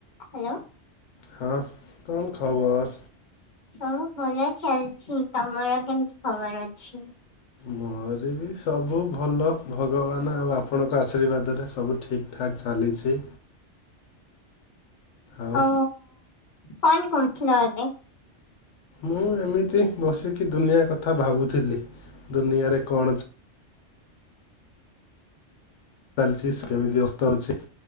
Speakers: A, on the left; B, on the left.
A: Hello.
B: ହଁ କ'ଣ ଖବର?
A: ସବୁ ଭଲ ଚାଲଛି। ତମର କେମତି ଖବର ଅଛି?
B: ମୋର ବି ସବୁ ଭଲ ଭଗବାନ ଆଉ ଆପଣଙ୍କ ଆଶୀର୍ବାଦରେ ସବୁ ଠିକ୍ ଠାକ୍ ଚାଲିଛି। ଆଉ
A: ଓ କ'ଣ କରୁଥିଲ ଏବେ?
B: ମୁଁ ଏମିତି ବସିକି ଦୁନିଆ କଥା ଭାବୁଥିଲି ଦୁନିଆରେ କ'ଣ ଚ୍ ଚାଲଚିସ୍ କେମିତି ଅସ୍ତ ହଉଛି।